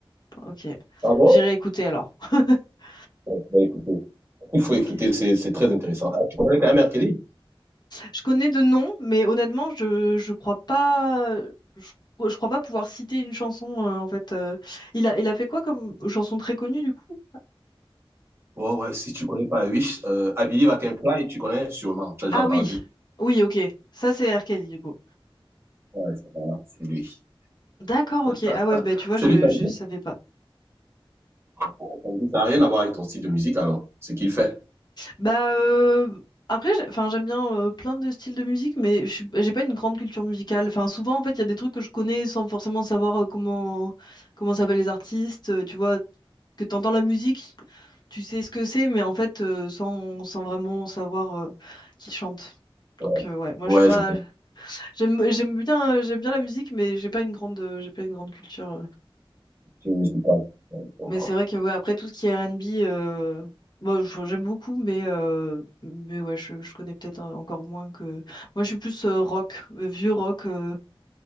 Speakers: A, on the left; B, on the right.
A: Ok,
B: Ah bon?
A: j'irai écouter alors. <laughs>
B: Ouais, faut écouter. Il faut
A: Ok.
B: écouter, c'est c'est très intéressant. Ah, tu connais quand même R. Kelly?
A: Je connais de noms, mais honnêtement, je je crois pas je, je crois pas pouvoir citer une chanson euh, en fait. euh. Il a il a fait quoi comme chanson très connue du coup?
B: Ouais, ouais, si tu connais pas Wish, euh, I Believe I Can Fly, tu connais sûrement, tu as déjà
A: Ah
B: entendu.
A: oui, oui, ok. Ça c'est R. Kelly du coup.
B: Ouais, c'est voilà, c'est lui.
A: D'accord,
B: <laughs>
A: ok. Ah ouais, bah tu vois,
B: C'est
A: je
B: lui, ça
A: je
B: veut dire,
A: savais pas.
B: ça veut dire- ça n'a rien à voir avec ton style de musique alors, ce qu'il fait.
A: Bah euh, après, j'ai- enfin j'aime bien euh, plein de styles de musique, mais je suis- j'ai pas une grande culture musicale. Enfin souvent en fait il y a des trucs que je connais sans forcément savoir euh, comment comment s'appellent les artistes. euh, tu vois que t'entends la musique, tu sais ce que c'est, mais en fait euh, sans sans vraiment savoir euh, qui chante. Donc
B: Ouais,
A: euh, ouais, moi
B: Ouais,
A: je suis pas.
B: je comprends.
A: <laughs> J'aime j'aime bien euh, j'aime bien la musique, mais j'ai pas une grande euh, j'ai pas une grande culture. euh,
B: C'est musical. Ouais, je comprends.
A: mais c'est vrai que ouais, après tout ce qui est R&B, euh, bon, je- j'aime beaucoup, mais, euh, mais ouais, je, je connais peut-être en- encore moins que. Moi, je suis plus euh, rock, euh, vieux rock, euh,